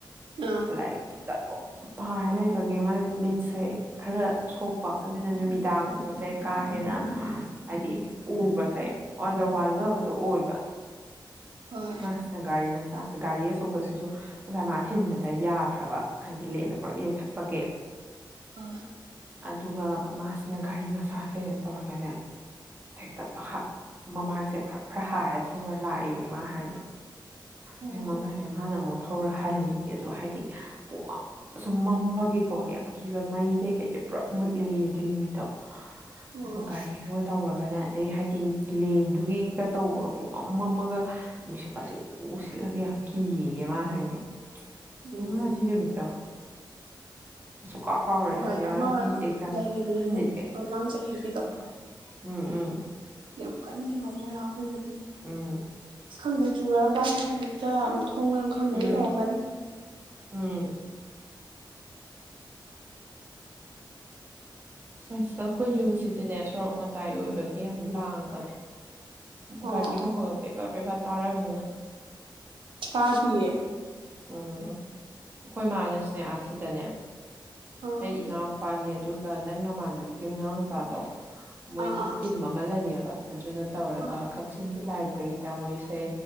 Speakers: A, on the right (about 80°); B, on the right (about 25°).
A: ꯑꯥ
B: ꯂꯥꯏ ꯑꯗꯨꯝ ꯄꯥꯔ ꯂꯩꯕꯒꯤ ꯃꯥꯥꯏ ꯃꯤꯠꯁꯦ ꯈꯔ ꯁꯣꯛꯄ ꯑꯗꯨ ꯑꯩꯅ ꯅꯨꯃꯤꯗꯥꯡꯒꯨꯝꯕꯁꯦ ꯀꯥ ꯍꯦꯟꯅ ꯍꯥꯏꯗꯤ ꯎꯕꯁꯦ ꯋꯥꯗ ꯋꯥꯖꯕꯗꯣ ꯑꯣꯏꯕ
A: ꯑꯥ
B: ꯃꯁꯤꯅ ꯒꯥꯔꯤ ꯃꯆꯥ ꯒꯥꯔꯤ ꯑꯆꯧꯕꯁꯤꯁꯨ ꯊꯤꯟꯕꯗ ꯌꯥꯗ꯭ꯔꯕ ꯍꯥꯏꯗꯤ ꯂꯦꯅ ꯄꯨꯂꯞ ꯌꯩꯊꯛꯄꯒꯤ
A: ꯍꯣꯏ
B: ꯑꯗꯨꯒ ꯃꯥꯁꯤꯅ ꯒꯥꯔꯤ ꯃꯁꯥꯁꯦ ꯇꯧꯔꯒꯅꯦ ꯍꯦꯛꯇ ꯃꯃꯥꯏꯁꯦ ꯐꯔ ꯈꯔ ꯍꯥꯏꯔ ꯊꯧꯔ ꯂꯥꯛꯏ ꯃꯥ ꯍꯥꯏꯅꯤ
A: ꯍꯣꯏ
B: ꯑꯗꯨ ꯃ ꯃꯥꯅ ꯑꯃꯨꯛ ꯊꯧꯔ ꯍꯜꯂꯤ ꯑꯗꯨ ꯍꯥꯏꯗꯤ ꯄꯨꯡꯃꯝ ꯁꯨꯝ ꯃꯝꯕꯒꯤꯀꯣ ꯌꯥꯝ ꯀꯤꯕ ꯃꯩꯗꯩ ꯀꯩꯩꯗꯩ ꯄꯨꯂꯞ ꯃꯨꯠꯂꯤꯌꯦ ꯑꯗꯨꯏ ꯅꯨꯃꯤꯠꯇꯣ
A: ꯍꯣꯏ
B: ꯑ
A: ꯑꯣ ꯑꯣ
B: ꯒꯥꯔꯤꯗꯨꯒ ꯇꯧꯔꯒꯅꯦ ꯑꯗꯩ ꯍꯥꯏꯗꯤ ꯂꯦꯟꯗꯨꯒꯤꯒ ꯇꯧꯕꯒ ꯄꯨꯡꯃꯝ ꯃꯝꯃꯥꯒ ꯅꯨꯡꯁꯤꯠꯀꯁꯤ ꯎꯔꯨ ꯎꯔꯨ ꯁꯤꯠꯂꯒ ꯌꯥꯝ ꯀꯤꯌꯦ ꯃꯥ ꯍꯥꯏꯅꯦ
A: ꯎꯝ
B: ꯏꯃꯥꯥ ꯑꯗꯨꯢ ꯅꯨꯃꯤꯠꯇꯣ ꯀ ꯀꯧꯔꯦ
A: ꯍꯣꯏ
B: ꯍꯥꯏ
A: ꯑꯃ
B: ꯃꯥ ꯑꯦꯖ
A: ꯂꯩꯈꯤꯕꯅꯦ
B: ꯅꯅꯤ
A: ꯑꯃ ꯃꯃꯥꯡ ꯆꯍꯤꯒꯤꯗꯣ
B: <inaudible> ꯎꯝ ꯎꯝ
A: ꯌꯥꯝ ꯀꯟꯈꯤꯕꯥ ꯑꯃꯥ ꯌꯥꯎꯈꯤꯕꯅꯦ
B: ꯎꯝ
A: ꯈꯪꯗꯦ ꯆꯨꯔꯛꯑꯀꯥꯟꯗꯅ ꯍꯦꯛꯇ ꯃꯊꯣꯡ ꯃꯔꯝ ꯈꯪꯗꯥꯉꯩ
B: ꯎꯝ
A: ꯇꯧꯔꯛꯀꯅꯤ
B: ꯎꯝ ꯑꯁ ꯑꯩꯈꯣꯏ ꯌꯨꯝꯁꯤꯗꯤꯅꯦ ꯁꯣꯔꯣꯛ ꯃꯇꯥꯏ ꯑꯣꯏꯕꯒꯤ ꯌꯥꯝ ꯂꯥꯡꯕꯅꯦ
A: ꯑꯣ
B: ꯒꯥꯔꯤ ꯃꯈꯣꯜ ꯕꯦꯕꯥ ꯕꯦꯕꯥ ꯇꯥꯔꯝꯅꯤ ꯅꯪ
A: ꯇꯥꯗꯌꯦ
B: ꯎꯝ ꯎ ꯑꯩꯈꯣꯏ ꯃꯥꯥꯅꯅꯦ ꯑꯁꯤꯗꯅꯦ
A: ꯑꯥ
B: ꯑꯩ ꯏꯅꯥꯎ ꯅꯨꯄꯥꯥꯟꯅꯦ ꯑꯗꯨꯒ ꯅꯪ ꯅꯃꯥꯟꯅꯕꯤꯒꯤ ꯃꯅꯥꯎ ꯅꯨꯨꯄꯗꯣ ꯃꯣꯏꯒꯤ
A: ꯑꯥ
B: ꯇꯤꯝ ꯑꯃ ꯂꯩꯌꯦꯕ ꯑꯗꯨꯅ ꯇꯧꯔꯒ
A: ꯑꯥ
B: ꯀꯛꯆꯤꯡ ꯂꯥꯏꯕ꯭ꯔꯦꯔꯤꯗ ꯃꯣꯏꯁꯦ